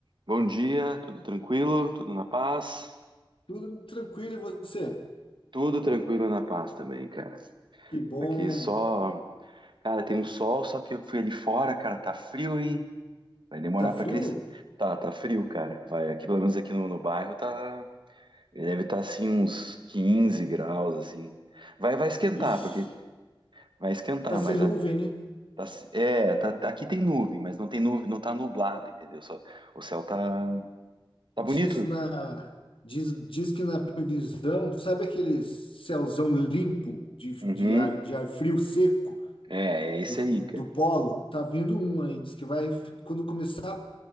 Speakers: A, on the right; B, on the left.
A: Bom dia, tudo tranquilo? Tudo na paz?
B: Tudo tranquilo, e você?
A: Tudo tranquilo e na paz também, cara.
B: Que bom.
A: Aqui só. Cara, tem um sol, só que eu fui ali fora, cara, tá frio, hein? Vai demorar
B: Tá frio?
A: pra crescer. Tá, tá frio, cara. Vai, aqui pelo menos aqui no, no bairro tá. Ele deve estar assim uns 15 graus, assim. Vai, vai esquentar,
B: Ixi,
A: porque vai esquentar,
B: tá sem
A: mas
B: nuvem,
A: a-
B: né?
A: tá, é, tá, tá- aqui tem nuvem, mas não tem nuvem, não tá nublado, entendeu? Só, o céu tá, tá
B: Diz
A: bonito.
B: na diz, diz que na previsão, sabe aquele céuzão limpo de,
A: Uhum.
B: de ar, de ar frio seco
A: É, é isso
B: do, do,
A: aí, cara.
B: do polo? Tá vindo um aí, diz que vai quando começar